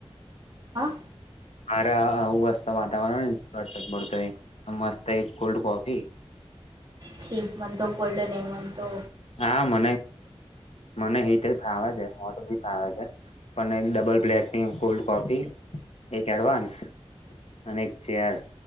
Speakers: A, on the right (about 40°); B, on the left (about 75°).
A: હા
B: અરે હુંસ્ત વાતાવરણ વસાદ પડતો મસ્ત એક કોલ્ડ કોફી
A: ઠીક મનતો કોલ્ડ ન એનતો
B: હા મને મને રતે ફાવે છે હો ફાવ છે. અને ડબલ પ્લેટની કોલ્ડ કોફી એક એડવાન્સ અનેક ચેાર